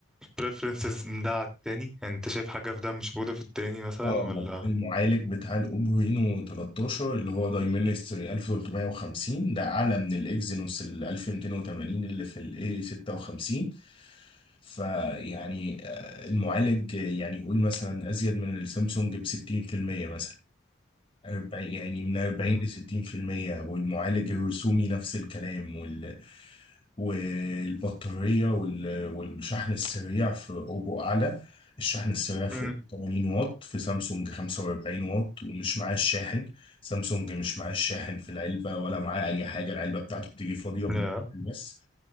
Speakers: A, in the centre; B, on the left (about 30°).
A: preferences من ده على التاني يعني انت شايف حاجة في ده مش موجودة في التاني مثلا
B: اه
A: ولا
B: المعالج بتاع الاوبرينو 13 اللي هو دايمنستري 1350 ده اعلى من الاكزينوس ال 1280 اللي في الاي 56 فيعني آه، المعالج آه، يعني قول مثلا ازيد من السامسونج ب 60% مثلا 40 يعني من 40
A: مم.
B: ل 60% والمعالج الرسومي نفس الكلام وال... والبطارية وال... والشحن السريع في أوبو أعلى الشحن السريع فوق
A: امم
B: 80 واط في سامسونج 45 واط ومش معاه الشاحن سامسونج مش معاه الشاحن في العلبة ولا معاه أي حاجة العلبة بتاعته بتيجي فاضية بالنسبة.
A: لا
B: بس